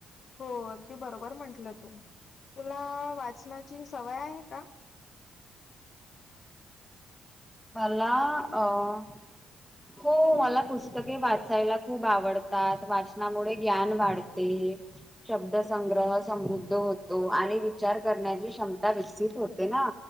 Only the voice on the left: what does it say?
हो अगदी बरोबर म्हंटलं, तू तुला वाचनाची सवय आहे का?